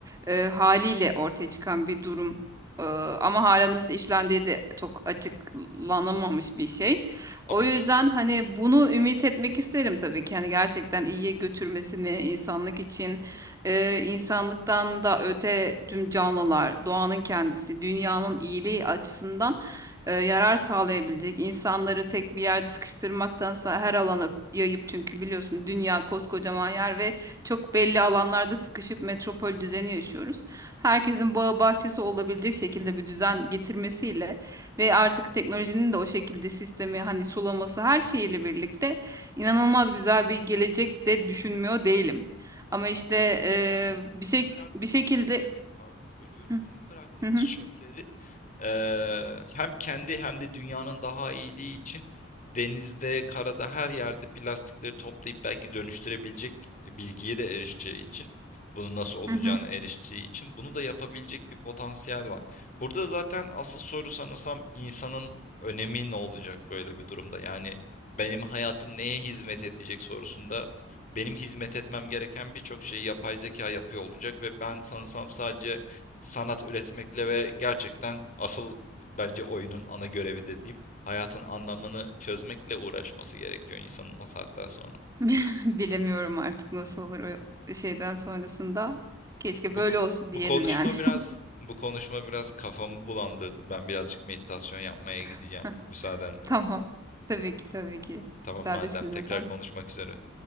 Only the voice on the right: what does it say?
eee, haliyle ortaya çıkan bir durum. Eee, ama hala nasıl işlendiği de çok açıklanamamış bir şey. O
yüzden
hani bunu ümit etmek isterim tabii ki. Hani gerçekten iyiye götürmesini insanlık için ee, insanlıktan da öte tüm canlılar, doğanın kendisi, dünyanın iyiliği açısından e, yarar sağlayabilecek. İnsanları tek bir yerde sıkıştırmaktansa her alana yayıp çünkü biliyorsun dünya koskocaman yer ve çok belli alanlarda sıkışıp metropol düzeni yaşıyoruz. Herkesin bağı bahçesi olabilecek şekilde bir düzen getirmesiyle ve artık teknolojinin de o şekilde sistemi hani sulaması her şeyiyle birlikte inanılmaz güzel bir gelecek de düşünmüyor değilim.
Ama işte eee,
bir
şey
bir şekilde
Hı,
hı hı,
hı hı.
<laughs> bilemiyorum artık nasıl olur o şeyden sonrasında. Keşke
böyle olsa diyelim
yani.
<laughs>
Tamam. Tabii ki tabii ki.
Müsaadesin
efendim.